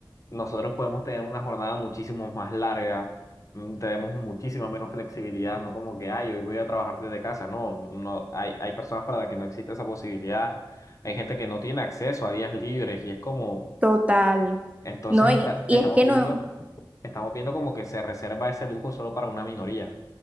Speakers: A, on the left (about 40°); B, on the right (about 15°).
A: nosotros podemos tener una jornada muchísimo más larga, mm, tenemos muchísima menos flexibilidad, no como que, ay, hoy voy a trabajar desde casa. No, no, hay, hay personas para las que no existe esa posibilidad. Hay gente que no tiene acceso a días libres y es como,
B: total.
A: entonces
B: No,
A: Ujú.
B: y,
A: está-
B: y
A: estamos
B: es que
A: viendo,
B: no,
A: estamos viendo como que se reserva ese lujo solo para una minoría.